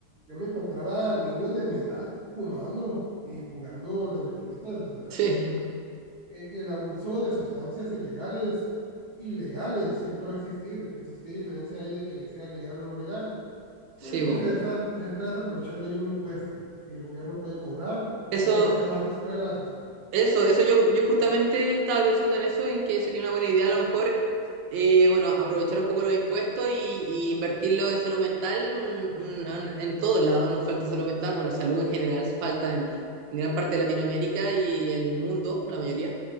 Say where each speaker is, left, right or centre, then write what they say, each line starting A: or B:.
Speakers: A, on the right; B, on the right.
A: Yo me encontraba niños de mi edad fumando y jugando las maquinitas. O sea,
B: Sí,
A: el, el el abuso de sustancias ilegales, ilegales, siempre va a existir. Entonces, ¿qué diferencia hay de que sea legal o no legal?
B: sí,
A: Pues
B: bo.
A: que se está, se está desaprovechando ahí un impuesto que el gobierno puede cobrar
B: Eso,
A: para hacer más escuelas. O sea,
B: eso, eso yo, yo justamente estaba pensando en eso, en que sería una buena idea a lo mejor, eh, bueno, aprovechar un poco los impuestos y, y invertirlo en salud mental, un- un- un- en todos lados nos falta salud mental, bueno, salud en general falta en, en gran parte de Latinoamérica y el mundo, la mayoría.